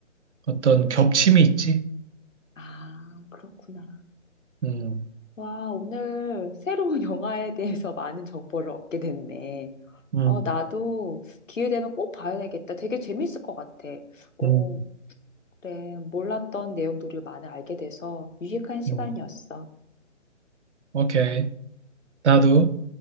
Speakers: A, on the right; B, on the left.
A: 어떤 겹침이 있지.
B: 아, 그렇구나.
A: 음,
B: 와, 오늘 새로운 <laughs> 영화에 대해서 많은 정보를 얻게 됐네.
A: 음,
B: 어, 나도 기회 되면 꼭 봐야 되겠다. 되게 재밌을 것 같아. 오,
A: 음,
B: 그래. 몰랐던 내용들을 많이 알게 돼서 유익한 시간이었어.
A: 음. 오케이. 나도.